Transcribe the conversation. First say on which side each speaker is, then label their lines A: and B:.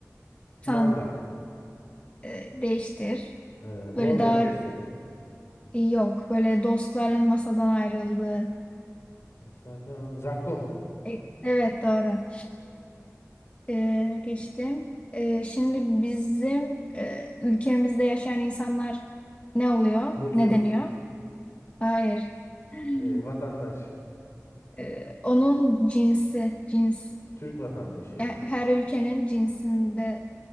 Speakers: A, on the left; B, on the left.
A: gruptan
B: Manga.
A: e, değiştir.
B: e, Mor
A: Böyle daha
B: ve Ötesi.
A: e, yok. Böyle dostların masadan ayrıldığı.
B: Masadan. Zakkum.
A: E, evet doğru. E, geçtim. E, şimdi bizim e, ülkemizde yaşayan insanlar ne oluyor?
B: Mutsuz.
A: Ne deniyor?
B: <laughs>
A: Hayır. <laughs>
B: Ne, vatandaş.
A: E, onun cinsi, cins.
B: Türk vatandaşı.
A: E, Her ülkenin cinsinde